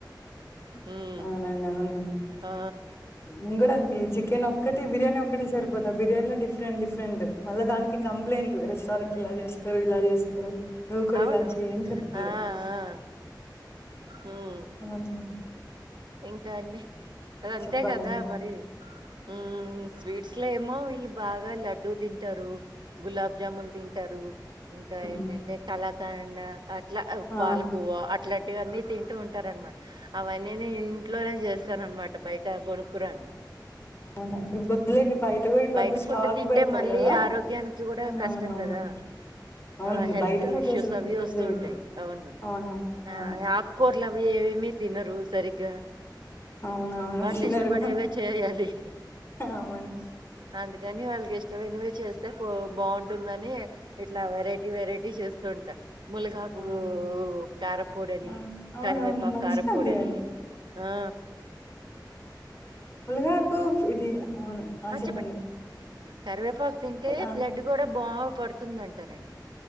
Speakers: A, on the right; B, on the left.
A: హ్మ్.
B: అవునండి, అవునండి.
A: ఆ
B: నేను కూడా అంతే ఈ చికెన్ ఒక్కటి బిర్యాని ఒక్కటి సరిపోదు. ఆ బిర్యానీలో డిఫరెంట్ డిఫరెంట్ మళ్ళా దానికి కంప్లైంట్లు రెస్టారెంట్ ఇలా చేస్తరు, ఇలా చేస్తరు. నువ్వు కూడా
A: అవును.
B: ఇలా చెయ్యని చెప్తరు.
A: ఆ! ఆ! హ్మ్.
B: అవునా
A: ఇంకా అండి అది అంతే
B: చెప్పాలండి
A: కదా
B: ఉమ్
A: మరి. ఉ స్వీట్స్ల ఏమో వి ళ్ళుబాగా లడ్డూ తింటరు, గులా జామున్ తింటరు ఇంకా
B: ఉమ్
A: ఏందంటే కళా కాండ అట్లా
B: ఆ
A: పాలకోవ అట్లాంటివి అన్నీ తింటూ ఉంటారు అనమాట. ఆ నేను ఇంట్లోనే చేస్తాను అనమాట బయట కొనుక్కురాను.
B: అవునా వద్దులేండి. బయట కూడా ఇప్పుడు
A: బయటి
B: అంతా స్టాక్
A: ఫుడ్ తింటే
B: పెడతారు
A: మళ్ళీ
B: కదా
A: ఆరోగ్యానికి కూడా
B: అవునవునవును
A: కష్టం కదా.
B: అవునండి
A: ఆ హెల్త్
B: బయట ఫుడ్
A: ఇష్యూస్
B: అసలు
A: అవి
B: ప్రిఫర్
A: వస్తూ
B: చేయొద్దు
A: ఉంటయి అవును.
B: అవునవును అవును
A: ఆ ఆకు కూరలు అవి ఏమి తినరు సరిగ్గా.
B: అవునవును
A: వాళ్ళు
B: తినరు
A: ఇష్టపడేవే చేయాలి
B: అవును
A: అందుకని వాళ్ళకి ఇష్టం ఎన్వి చేస్తే పో బాగుంటుందని ఇట్లా వెరైటీ వెరైటీ చేస్తుూంటారు ములగాకు
B: ఆ
A: కారపూడని
B: ఆ అవునవును
A: కరివేపాకు
B: మంచిదండి
A: కారపూడని ఆ
B: ముల్గాకు ఇది అవును ఆ చెప్ప
A: బట్ కరివేపాకు తింటే
B: ఆ
A: బ్లడ్ గుడా బాగ్ పడుతుంది అంటారండి